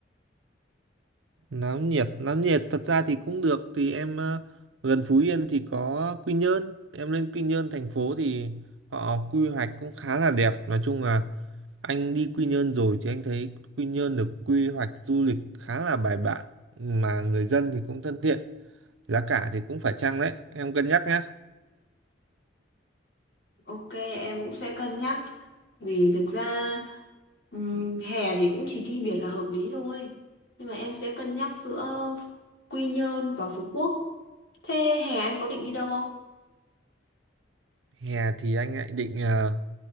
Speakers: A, on the right (about 85°); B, on the left (about 60°).
A: Náo nhiệt, náo nhiệt thật ra thì cũng được thì em ờ, gần Phú Yên thì có Quy Nhơn, em lên Quy Nhơn thành phố thì họ quy hoạch cũng khá là đẹp. Nói chung là anh đi Quy Nhơn rồi thì anh thấy Quy Nhơn được quy hoạch du lịch khá là bài bản mà người dân thì cũng thân thiện, giá cả thì cũng phải chăng đấy, em cân nhắc nhá.
B: Ok, em cũng sẽ cân nhắc. Vì thực ra ừm, hè thì cũng chỉ đi biển là hợp lý thôi. Nhưng mà em sẽ cân nhắc giữa Quy Nhơn và Phú Quốc. Thế hè anh có định đi đâu
A: Hè thì anh lại định ờ,